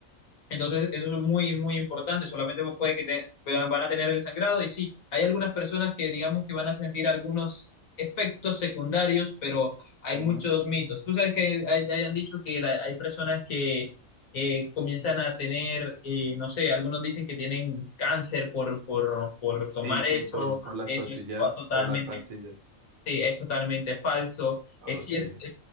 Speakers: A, on the left; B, on the right.
A: entonces, eso es muy, muy importante. Solamente puede que te- van a tener el sangrado. Y sí, hay algunas personas que digamos que van a sentir algunos efectos secundarios, pero hay
B: Ujú.
A: muchos mitos. Tú sabes que hay, hay- te hayan dicho que la- hay personas que eh, comienzan a tener, eh, no sé, algunos dicen que tienen cáncer por, por, por
B: Sí,
A: tomar
B: sí,
A: eso.
B: por, por las
A: Eso
B: pastillas,
A: es fa- totalmente
B: por las pastillas.
A: Sí, es totalmente falso.
B: Ah,
A: Es
B: Ok.
A: cierto,